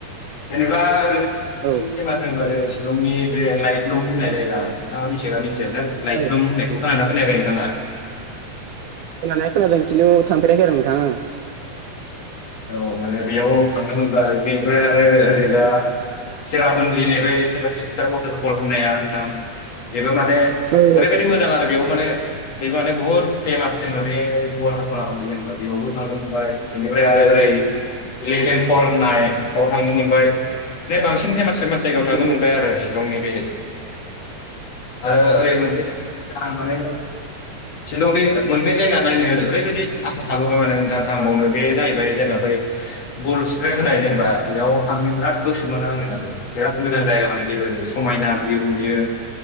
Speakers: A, on the left; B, on the right.
A: जेनेबा ओरै
B: औ
A: सिं <unintelligible> शिलंनि बे लाइतलुम बुंनाय जायगा नोंथाङा मिथियो ना मि <unintelligible> लाइतलुम
B: औ
A: होनायखौ खोनादोंना खोनायाखै नोंथाङा?
B: खोनानाया खोनादों खिन्थु थांफेराखै आरो नोंथां आङो।
A: औ माने बेयाव थांनो मोनबा आरो बेनिफ्राय आरो ओरै दा चेरापुन्जिनि बे सेभेन सिस्टार हटेल फल्स होननाया नोंथां बे बेयाव माने
B: आङो
A: ओरैबायदि मोजां आरो बेयाव माने बेबो माने बहुत फेमास जेनबा बे <unintelligible> होननाय जायगायाव बेयावबो थांनो मोनबाय बेनिफाय फ्राय ओरै इलिभेन फल होननाय बाव थांनो मोनबाय फ्राय बांसिन फेमास मास जायगायाव थांनो
B: औ
A: मोनबाय आरो शिलंनि बे <inaudible> आरो ओरै मोनसे आं माने सिलं बे मोननै जायगा नायनो ओरैबायदि आसा थाबोबाय माने नोंथां थांबावनो बे जाहैबाय जेनबा बै बर सट्राइ होननाय जेनेबा बेयाव थांनो बिराद गोसो मोनो आं आरो बिराद मोजां जायगा जोबोर समायना भिउ नुयो।